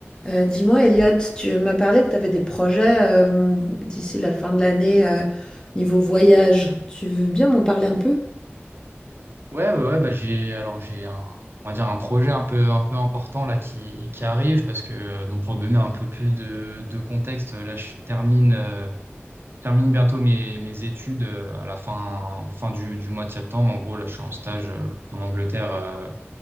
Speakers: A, on the left (about 20°); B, on the right (about 55°).
A: Heu, dis-moi Elliot, tu m'as parlé que tu avais des projets, hem, d'ici la fin de l'année, heu, niveau voyage. Tu veux bien m'en parler un peu?
B: Ouais, ouais, ouais, bah j'ai alors j'ai un on va dire un projet un peu un peu important là qui qui arrive parce que euh, donc pour te donner un peu plus de de contexte là je termine euh, termine bientôt mes mes études euh, à la fin fin du du mois de septembre en gros là je suis en stage euh, en Angleterre euh,